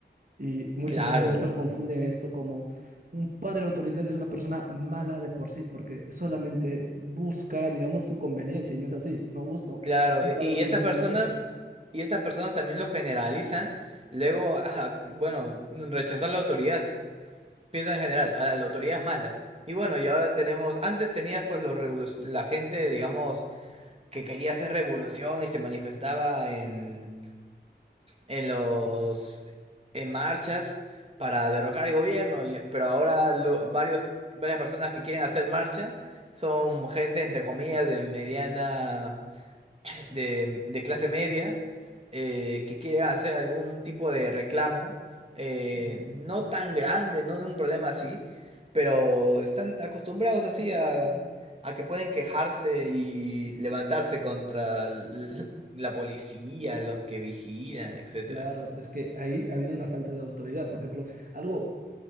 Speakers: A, on the right; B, on the right.
A: Y muchas
B: claro,
A: veces muchos confunden esto como un padre autoritario es una persona mala de por sí, porque solamente busca, digamos, su conveniencia, y no es así. No bus- no,
B: claro.
A: un
B: Y,
A: padre
B: y
A: autoritario
B: estas personas,
A: no busca eso.
B: y estas personas también lo generalizan, luego, <laughs> a, bueno, rechazar la autoridad. piensan en general, a la, la autoridad es mala. Y bueno, y ahora tenemos, antes tenías pues los revolu- la gente, digamos, que quería hacer revolución y se manifestaba en, en los, en marchas para derrocar al gobierno, y, pero ahora lo- varios, varias personas que quieren hacer marcha son gente, entre comillas, de mediana de, de clase media eh, que quiere hacer algún tipo de reclamo, eh,
A: Mm,
B: no tan grande, no de un problema así, pero están acostumbrados así a, a que pueden quejarse y levantarse contra l- <laughs> la policía, los que vigilan, etcétera.
A: Claro, es que ahí ha habido una falta de autoridad. Por ejemplo, algo